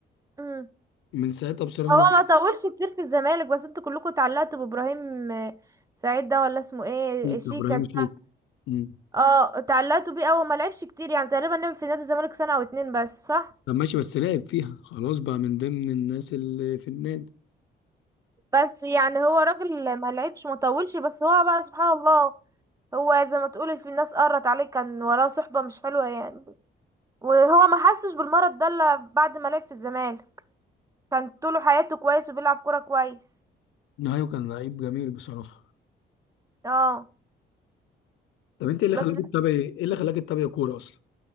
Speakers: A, on the right; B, on the left.
A: مم.
B: من ساعتها بصراحة
A: هو
B: أنا
A: ما طولش كتير في الزمالك بس انتوا كلكم اتعلقتوا بابراهيم آه، سعيد ده ولا اسمه ايه
B: شيك
A: شيكا
B: إبراهيم
A: ده
B: شيك مم.
A: اه اتعلقتوا بيه اول ما لعبش كتير يعني تقريبا لعب في نادي الزمالك سنة او اتنين بس صح
B: طب ماشي بس لعب فيها خلاص بقى من ضمن الناس اللي في النادي
A: بس يعني هو راجل ما لعبش ما طولش بس هو بقى سبحان الله هو زي ما تقول في الناس قرت عليه كان وراه صحبة مش حلوة يعني وهو ما حسش بالمرض ده الا بعد ما لعب في الزمالك كان طول حياته كويس وبيلعب كورة كويس
B: نهاية كان لعيب جميل بصراحة
A: اه
B: طب أنت إيه اللي
A: بس
B: خلاك تتابع إيه اللي خلاك تتابع كورة أصلا؟